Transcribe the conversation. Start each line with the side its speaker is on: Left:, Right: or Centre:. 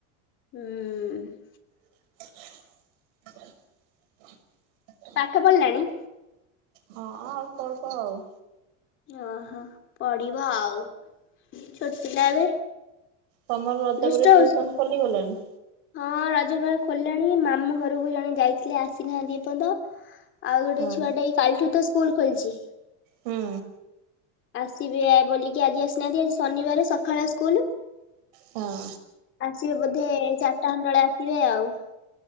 Left: ହୁଁ।
Right: <inaudible> <inaudible>
Left: ପାଠ ପଢିଲାଣି।
Right: ହଁ ଅଳ୍ପ ଅଳ୍ପ ଆଉ।
Left: ଓହୋ ପଢିବ ଆଉ ଛୋଟ ପିଲା ଏବେ।
Right: ତମର ରଜ
Left: ଦୁଷ୍ଟ
Right: ପରେ ଟ୍ୟୁସନ
Left: ହଉଛି
Right: ଖୋଲିଗଲାଣି।
Left: ହଁ ରଜ ପରେ ଖୋଲିଲାଣି ମାମୁଁ ଘରକୁ ଜଣେ ଯାଇଥିଲେ ଆସିନାହାନ୍ତି ଏପନ୍ତ। ଆଉ ଗୋଟେ
Right: ହଁ
Left: ଛୁଆଟା ଏଇ କାଲିଠୁ ତ ସ୍କୁଲ ଖୋଲିଚି।
Right: ହୁଁ
Left: ଆସିବେ ବୋଲିକି ଆଜି ଆସିନାହାନ୍ତି ଆଜି ଶନିବାର ସକାଳଆ ସ୍କୁଲ।
Right: ହଁ।
Left: ଆସିବେ ବୋଧେ ଚାରିଟା ଖଣ୍ଣ୍ଡେ ବେଳେ ଆସିବେ ଆଉ।